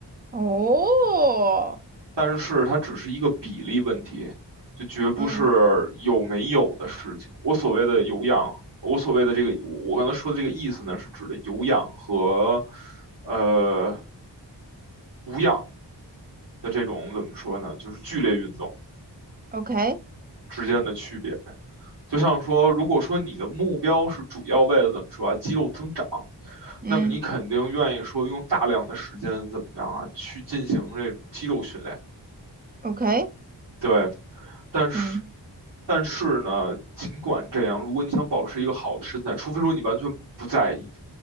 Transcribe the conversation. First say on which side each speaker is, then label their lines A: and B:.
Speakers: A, on the right; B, on the right.
A: <laughs> 哦，
B: 但是它只是一个比例问题，就绝不是有没有的事情。
A: 嗯
B: 我所谓的有氧，我所谓的这个，我我刚才说的这个意思呢，是指的有氧和呃无氧的这种怎么说呢？就是剧烈运动
A: ，OK，
B: 之间的区别。就像说，如果说你的目标是主要为了怎么说啊，肌肉增长，
A: 嗯
B: 那么你肯定愿意说用大量的时间怎么样啊，去进行这种肌肉训练。
A: ，OK，
B: 对，但是，
A: 嗯，
B: 但是呢，尽管这样，如果你想保持一个好的身材，除非说你完全不在意，